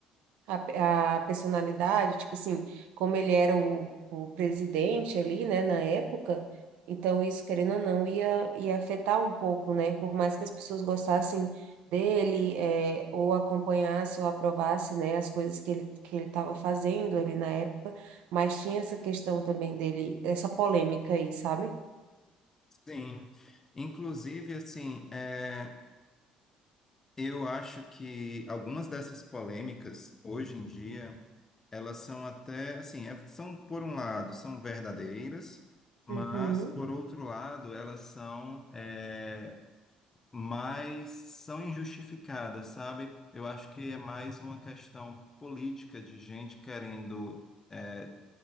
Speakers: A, on the right (about 80°); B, on the left (about 20°).
A: a, a personalidade, tipo assim, como ele era o, o presidente ali, né, na época, então isso, querendo ou não, ia, ia afetar um pouco, né? Por mais que as pessoas gostassem dele, é, ou acompanhasse ou aprovasse, né, as coisas que ele que ele estava fazendo ali na época, mas tinha essa questão também dele, essa polêmica aí, sabe?
B: sim. Inclusive, assim, eh, Eu acho que algumas dessas polêmicas, hoje em dia, elas são até, assim, é- são, por um lado, são verdadeiras, mas,
A: Uhum.
B: por outro lado, elas são é, mais, são injustificadas, sabe? Eu acho que é mais uma questão política de gente querendo é,